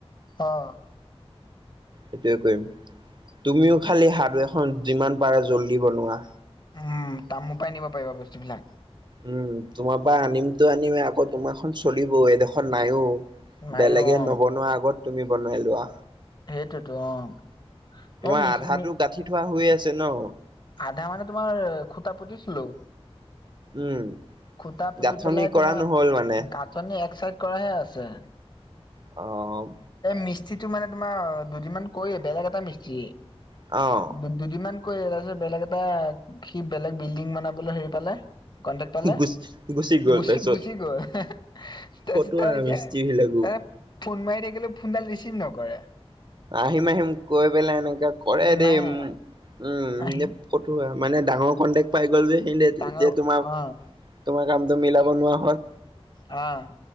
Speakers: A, on the left; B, on the right.
A: অ'
B: সেইটোয়ে কৰিম তুমিও খালি হাৰ্দোৱে খন যিমান পাৰা জল্দি বনোৱা।
A: উম, তা মো পৰাই নিব পাৰিবা বস্তুবিলাক।
B: উম, তোমাৰ পৰা আনিমতো আনিম আকৌ তোমাৰখন চলিব এডোখৰত নাইও।
A: মায়ো
B: বেলেগে
A: অ
B: নবনোৱাৰ আগত তুমি বনাই লোৱা।
A: সেইটোতো অ'
B: তোমাৰ
A: এই মিছ
B: আধাটো
A: মি
B: গাঁঠি থোৱা হৈ আছে ন।
A: আধা মানে তোমাৰ খুটা পুতিছিলো।
B: উম,
A: খুতা পুতি
B: গাঁথনি
A: পেলাই
B: কৰা
A: তোমাৰ
B: নহ'ল মানে
A: গাঁঠনি এক চাইড কৰাই আছে।
B: অ'
A: এ মিস্ত্ৰীটো মানে তোমাৰ দুদিনমান কৰিয়ে বেলেগ এটা মিস্ত্ৰীে
B: অ'
A: দুদিনমান কৈ তাৰপিছত বেলেগ এটা সি বেলেগ বিল্ডিং বনাবলৈ হেৰি পালে। কণ্টেক্ট পালে
B: গুচ গ'ল
A: গুচি
B: তাৰপিছত
A: গুচি গ'ল। তাৰপিছতে
B: ফটো
A: এতিয়া
B: মিস্ত্ৰী বিলাকো।
A: ত ফোন মাৰি থাকিলেও ফোনডাল ৰিচিভ নকৰে।
B: আহিম আহিম কৈ পেলাই এনেককা কৰে দেই
A: নাহে
B: উ, উম,
A: আহি
B: যে ফতোৱা মানে ডাঙৰ কণ্টেক্ট পাই গ'ল যে সিহঁতে
A: ডাঙৰ
B: এতিয়া তোমাৰ
A: অ
B: তোমাৰ কামটো মিলাব নোৱাৰা হল।
A: আ'।